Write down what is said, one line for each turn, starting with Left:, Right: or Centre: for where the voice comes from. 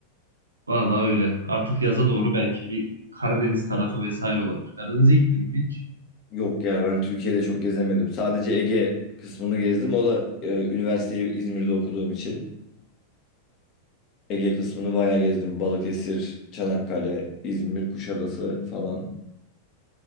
Right: Vallahi öyle. Artık yaza doğru belki bir Karadeniz tarafı vesaire olabilir. Karadeniz'e gittim mi hiç?
Left: Yok ya ben Türkiye'de çok gezemedim. Sadece Ege kısmını gezdim. O da e, üniversiteyi İzmir'de okuduğum için. Ege kısmını bayağı gezdim. Balıkesir, Çanakkale, İzmir, Kuşadası falan.